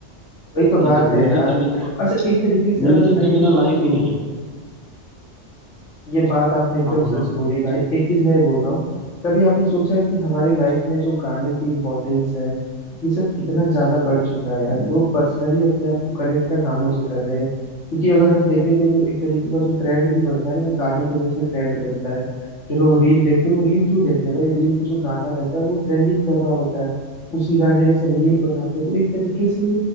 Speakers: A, on the left (about 80°); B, in the centre.
A: वही तो बात
B: ठीक है म्यूजिक
A: है यार
B: के बिना तो
A: अच्छा एक तरीके से
B: म्यूजिक
A: अगर भाई
B: के
A: हम
B: बिना
A: लोग
B: लाइफ ही नहीं है
A: ये बात आपने एकदम
B: हाँ बोलो
A: सच बोली भाई एक चीज मैं ये बोल रहा हूँ कभी आपने सोचा है कि हमारी लाइफ में जो गाने की इम्पोर्टेंस है ये सब कितना ज्यादा बढ़ चुका है यार लोग पर्सनली अपने आप को कनेक्ट ना गानों से कर रहे हैं क्योंकि अगर हम देखें तो जो एक तरीके का जो ट्रेंड भी बढ़ता है ना तो गाने की वजह से ट्रेंड बनता है जो लोग रील देखते हैं वो रील क्यों देखते हैं भाई रील पे जो गाना रहता है वो ट्रेंडिंग कर रहा होता है उसी गाने पे सब रील बनाते हैं तो एक तरीके से